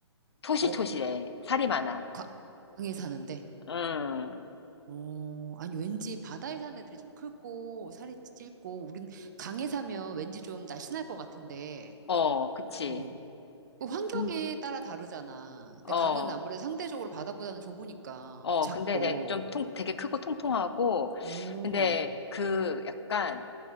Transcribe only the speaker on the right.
어,
가, 강에 사는데.
어, 아니, 왠지 바다에 사는 애들이 좀 크고, 살이 찔고, 우린 강에 사면 왠지 좀 날씬할 것 같은데,
어, 그 환경에
따라 다르잖아. 근데
강은 아무래도 상대적으로 바다보다는 좁으니까,
작고,
어,